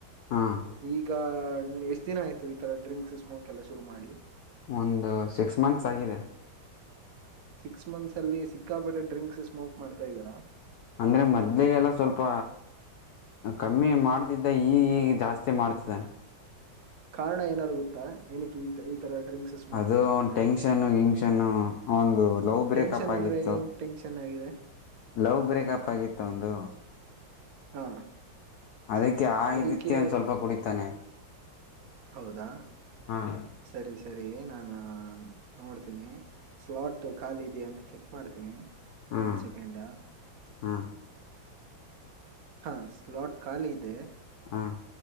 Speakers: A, on the left; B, on the right.
A: ಹಾಂ
B: ಈಗ ಎಷ್ಟ ದಿನ ಆಯ್ತು ಈ ತರ ಡ್ರಿಂಕ್ಸ್ ಸ್ಮೋಕ್ ಎಲ್ಲ ಶುರು ಮಾಡಿ.
A: ಒಂದ ಸಿಕ್ಸ್ ಮಂತ್ಸ್ ಆಗಿದೆ.
B: ಸಿಕ್ಸ್ ಮಂತ್ಸ ಅಲ್ಲಿ ಸಿಕ್ಕಾಪಟ್ಟೆ ಡ್ರಿಂಕ್ಸ ಸ್ಮೋಕ ಮಾಡ್ತಾ ಇದ್ದೀರಾ.
A: ಅಂದ್ರೆ ಮದ್ಲಗ ಎಲ್ಲಾ ಸ್ವಲ್ಪ ಕಮ್ಮಿ ಮಾಡ್ತಿದ್ದೆ ಈ ಈ ಜಾಸ್ತಿ ಮಾಡ್ತಿದ್ದಾನೆ.
B: ಕಾರಣ ಏನಾರ ಗೊತ್ತಾ ಎನಕ್ಕ ಈ ತರ ಡ್ರಿಂಕ್ಸ್ ಸ್ಮೋಕ್
A: ಅದು
B: ಮಾಡ್ತಿದ್ದಾರೆ
A: ಅವ್ನ ಟೆನ್ಷನ್
B: ಅಂತ
A: ಗಿಂಷನ್ನು ಅವಂದು ಲವ್ ಬ್ರೇಕಪ್
B: ಟೆನ್ಷನ್
A: ಆಗಿತ್ತು.
B: ಅಂದ್ರೆ ಏನ್ ಟೆನ್ಷನ್ ಆಗಿದೆ
A: ಲವ್ ಬ್ರೇಕಪ್ ಆಗಿತ್ತು ಅವಂದು
B: ಹಾ
A: ಅದಕ್ಕೆ ಆ
B: ಅದಕ್ಕೆ
A: ಇದಕ್ಕೆ ಒಂದ ಸ್ವಲ್ಪ ಕುಡಿತಾನೆ
B: ಹೌದಾ
A: ಹಾಂ
B: ಸರಿ ಸರಿ ಏ ನಾನ ನೋಡ್ತೀನಿ ಸ್ಲಾಟ್ ಖಾಲಿ ಇದಿಯಾ ಅಂತ ಚೆಕ್ ಮಾಡ್ತೀನಿ
A: ಹಾಂ
B: ಒನ್ ಸೆಕೆಂಡಾ.
A: ಹಾಂ
B: ಹಾ ಸ್ಲಾಟ್ ಖಾಲಿ ಇದೆ.
A: ಹ್ಞಾ.